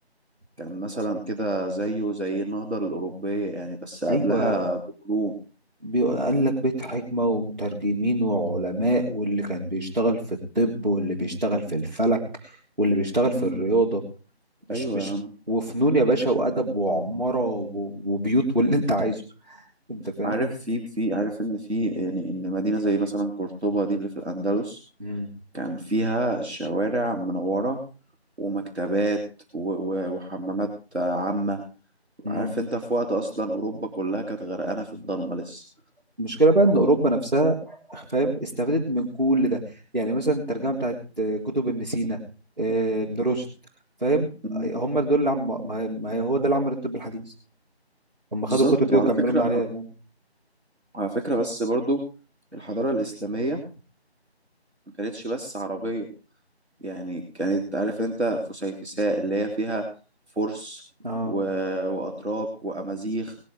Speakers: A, on the right; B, on the right.
A: كان مثلا كده زيه زي النهضة الأوروبية يعني بس قبلها
B: ايوه
A: بقرون
B: بيقول لك بيت حكمة ومترجمين وعلماء واللي كان بيشتغل في الطب واللي بيشتغل في الفلك واللي بيشتغل
A: امم
B: في الرياضة مش
A: ايوه
B: مش
A: يا عم
B: وفنون يا باشا وأدب وعمارة و- وبيوت واللي أنت عايزه أنت فاهم؟
A: عارف في في عارف ان في يعني ان مدينة زي مثلا قرطبة دي اللي في الأندلس
B: مم.
A: كان فيها شوارع منورة ومكتبات و- و- وحمامات عامة
B: مم.
A: عارف انت في وقت اصلا أوروبا كلها كانت غرقانة في الضلمة لسه
B: المشكلة بقى إن أوروبا نفسها فاهم استفادت من كل ده يعني مثلا الترجمة بتاعت آه، كتب ابن سينا آه، ابن رشد فاهم؟
A: مم.
B: هم دول اللي عم... ما هي ما هي- هو ده اللي عمل الطب الحديث هم خدوا
A: بالظبط
B: الكتب دي
A: وعلى
B: وكملوا
A: فكرة
B: من عليها فاهم؟
A: على فكرة بس برضو الحضارة الإسلامية ما كانتش بس عربية يعني كانت عارف أنت فسيفساء اللي هي فيها فرس
B: اه
A: و... وأتراك وأمازيغ